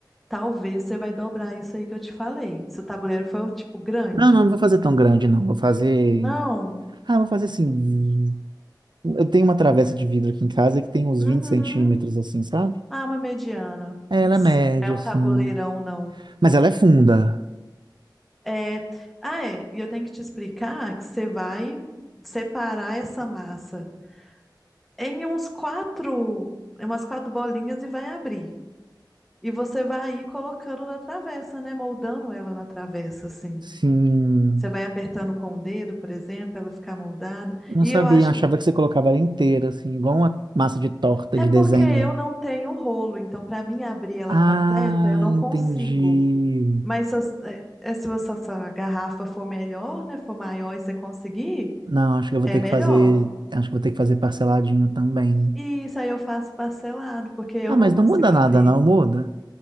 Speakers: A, in the centre; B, on the right.
A: talvez você vai dobrar isso aí que eu te falei. Se o tabuleiro for, tipo, grande.
B: Não, não, não vou fazer tão grande, não. Vou fazer.
A: Não.
B: Ah, vou fazer assim. Eu tenho uma travessa de vidro aqui em casa que tem uns
A: Uhum.
B: 20 centímetros, assim, sabe?
A: Ah, uma mediana.
B: Ela
A: Sim,
B: é média,
A: não é um
B: assim.
A: tabuleirão, não.
B: Mas ela é funda.
A: É... Ah, é. E eu tenho que te explicar que você vai separar essa massa em uns quatro, em umas quatro bolinhas e vai abrir. E você vai ir colocando na travessa, né? Moldando ela na travessa, assim.
B: Sim.
A: Você vai apertando com o dedo, por exemplo, ela ficar moldada.
B: Eu não
A: E
B: sabia,
A: eu acho.
B: achava que você colocava ela inteira, assim, igual uma massa de torta
A: É
B: de
A: porque
B: desenho.
A: eu não tenho rolo, então para mim abrir ela
B: Ah,
A: completa, eu não
B: entendi.
A: consigo. Mas se, as- é, é, se essa essa garrafa for melhor, né? For maior e você conseguir,
B: Não, acho que eu vou
A: é
B: ter
A: melhor.
B: que fazer. Acho que eu vou ter que fazer parceladinho também.
A: E isso aí eu faço parcelado, porque eu
B: Ah,
A: não
B: mas
A: consigo
B: não muda nada,
A: abrir.
B: não muda.